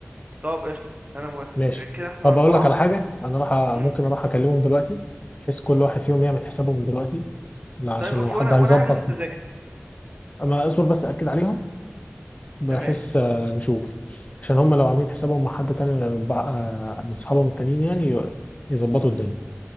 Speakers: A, on the right; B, on the left.
A: طب قشطة انا موافق
B: ماشي
A: كده احنا
B: طب
A: اربعة
B: أقول لك على حاجة أنا راح أ-
A: مم.
B: ممكن أروح أكلمهم دلوقتي بحيث كل واحد فيهم يعمل حسابه من دلوقتي لا عشان
A: طيب اوكي
B: لو حد
A: وانا
B: هيظبط
A: وانا احجز التذاكر
B: أما أصبر بس أكد عليهم بحس
A: تمام
B: آه، نشوف عشان هم لو عاملين حسابهم مع حد تاني بع- آه، من صحابهم التانيين يعني ي- يظبطوا الدنيا
A: مم.